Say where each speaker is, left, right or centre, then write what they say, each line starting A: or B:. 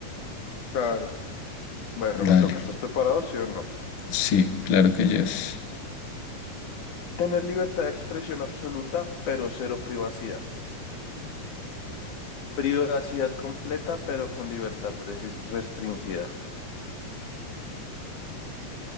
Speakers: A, on the left; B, on the left.
A: claro. Bueno,
B: Dale.
A: me toca. ¿Estás preparado, sí o no?
B: Sí, claro que yes.
A: Tener libertad de expresión absoluta, pero cero privacidad. Privacidad completa, pero con libertad resi- restringida.